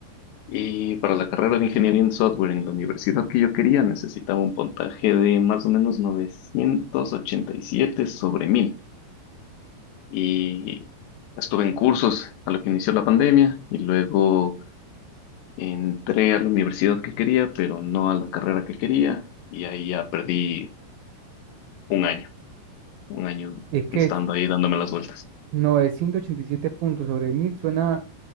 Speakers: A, on the left; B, on the right.
A: Y para la carrera de ingeniería en software en la universidad que yo quería, necesitaba un puntaje de más o menos 987 sobre 1000. y estuve en cursos a lo que inició la pandemia y luego entré a la universidad que quería, pero no a la carrera que quería y ahí ya perdí un año, un año
B: Es que
A: estando ahí dándome las vueltas.
B: 987 puntos sobre mil suena,